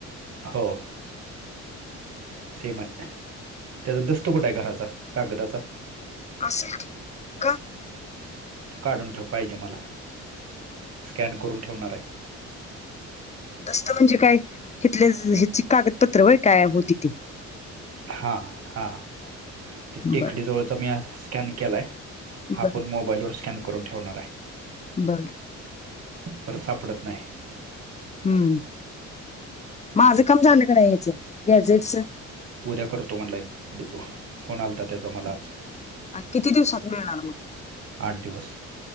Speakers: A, on the right; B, on the left.
A: हो सेम आहेत त्याचा दस्त कुठंय आहे घराचा कागदाचा
B: असल की का
A: काढून ठेव पाहिजे मला स्कॅन करून ठेवणार आहे
B: दस्त म्हणजे काय हिथले ह्याची कागदपत्र वय काय होती ते
A: हा, हा टेकडी
B: बर
A: जवळचा मी स्कॅन केलाय हा
B: बर
A: आपण मोबाईल वर स्कॅन करून ठेवणार आहे
B: बरं
A: परत सापडत नाही
B: हम्म माझं काम झालं का नाही याचं गॅझेटच
A: उद्या करतो म्हटलाय दिघू फोन आलता त्याचा मला आज.
B: अन् किती दिवसात मिळणार मग?
A: आठ दिवस